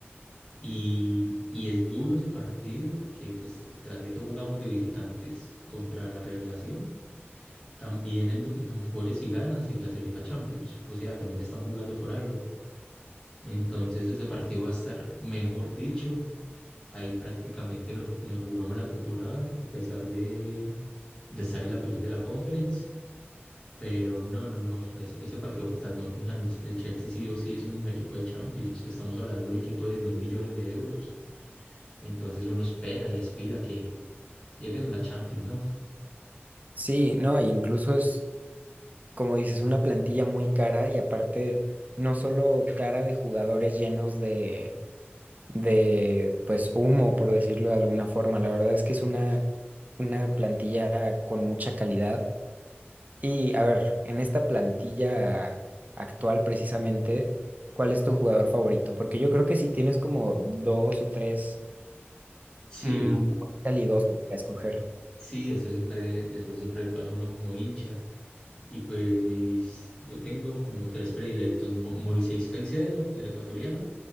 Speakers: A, on the left; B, on the right.
A: Y, y es duro ese partido porque, pues, tras de que jugamos de visitantes contra la revelación, también el Nottingham Forest, si gana, se clasifica a Champions. O sea, también están jugando por algo. Entonces, ese partido va a estar, mejor dicho, ahí prácticamente nos, nos jugamos la temporada, a pesar de, de estar en la final de la Conference. Pero no, no, no. Ese, ese partido contra el Nottingham, el Chelsea sí o sí es un equipo de Champions. Estamos hablando de un equipo de mil millones de euros. Entonces uno espera y aspira que lleguen a la Champions, ¿no?
B: Sí, no, e incluso es, como dices, una plantilla muy cara y aparte no solo cara de jugadores llenos de, de, pues, humo, por decirlo de alguna forma. La verdad es que es una, una plantilla con mucha calidad Y a ver, en esta plantilla actual precisamente, ¿cuál es tu jugador favorito? Porque yo creo que sí tienes como dos o tres
A: Sí,
B: mm, muy calidosos para escoger.
A: sí, eso siempre, eso siempre le pasa a uno como hincha. Y pues mis, yo tengo como tres predilectos, Mo- Moisés Caicedo, el ecuatoriano,